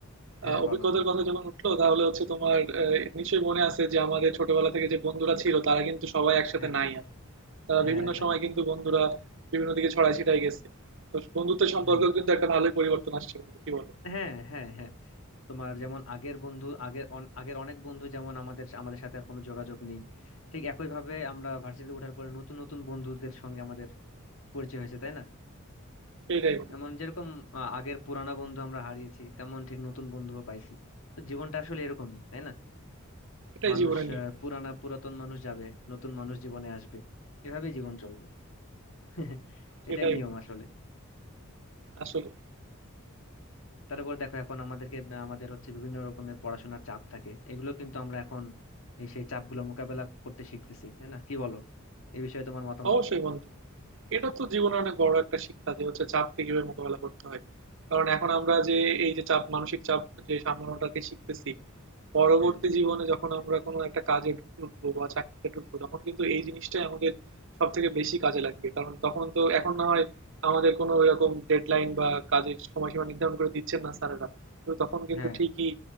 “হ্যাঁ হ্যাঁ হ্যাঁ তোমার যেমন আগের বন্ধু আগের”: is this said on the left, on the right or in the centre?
Left